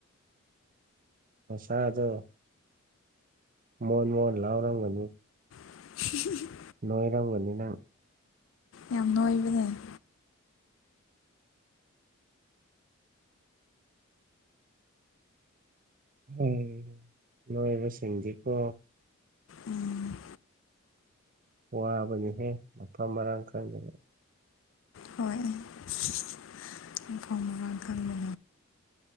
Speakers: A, on the right (about 40°); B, on the left (about 65°).
A: ꯃꯁꯥꯗꯣ ꯃꯣꯣꯟ ꯃꯣꯣꯟ ꯂꯥꯎꯔꯒ
B: <inaudible>
A: ꯃꯣꯏꯔꯪꯕꯅ
B: ꯌꯥꯝꯅꯣꯏꯕꯅꯦ
A: ꯎꯝ ꯅꯣꯏꯕꯁꯤꯡꯗꯤꯀꯣ
B: ꯎꯝ
A: ꯋꯥꯕꯅꯤꯍꯦ ꯃꯐꯝ ꯃꯔꯥꯡ ꯈꯪꯗꯅ
B: ꯍꯣꯏꯐ ꯃꯔꯥꯡꯈ ꯃ